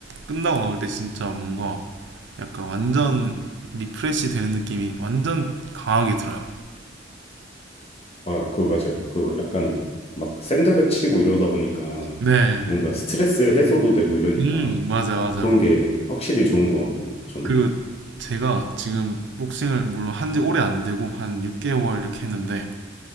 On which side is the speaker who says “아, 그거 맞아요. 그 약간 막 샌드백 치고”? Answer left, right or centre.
Left